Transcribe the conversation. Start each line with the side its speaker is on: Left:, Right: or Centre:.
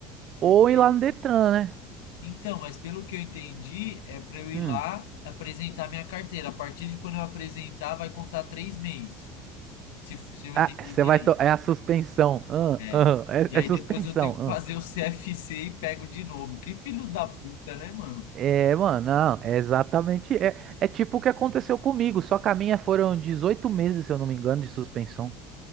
Right: Ou
Left: Porque.
Right: ir lá no Detran, né?
Left: Então, mas pelo que eu entendi, é para eu ir
Right: Hum.
Left: lá apresentar minha carteira. A partir de quando eu apresentar, vai contar três meses. Se, se eu
Right: Ah,
Left: entendi
Right: você
Left: direito.
Right: vai. to- É a suspensão. Ah,
Left: É.
Right: ah.
Left: E aí
Right: é, é suspensão.
Left: depois eu tenho que fazer
Right: Ah.
Left: o <laughs> CFC e pego de novo. Que filho da puta, né, mano?
Right: É, mano, não. É exatamente. É, é tipo o que aconteceu comigo. Só que a minha foram 18 meses, se eu não me engano, de suspensão.